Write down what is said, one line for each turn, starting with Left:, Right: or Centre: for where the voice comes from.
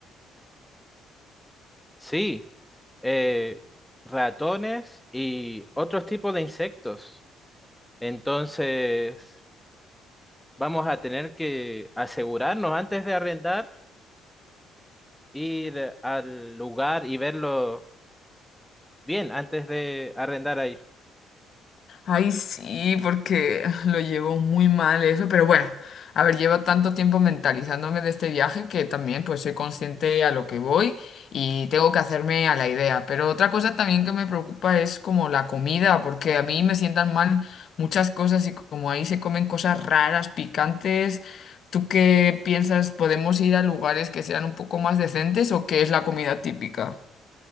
Centre: Sí. eh, ratones y otros tipos de insectos. Entonces, vamos a tener que asegurarnos antes de arrendar, ir eh, al lugar y verlo bien antes de arrendar ahí.
Left: Ay, sí, porque lo llevo muy mal eso, pero bueno, a ver, llevo tanto tiempo mentalizándome de este viaje que también pues soy consciente a lo que voy y tengo que hacerme a la idea. Pero otra cosa también que me preocupa es como la comida, porque a mí me sientan mal muchas cosas y como ahí se comen cosas raras, picantes. ¿Tú qué piensas? ¿Podemos ir a lugares que sean un poco más decentes o qué es la comida típica?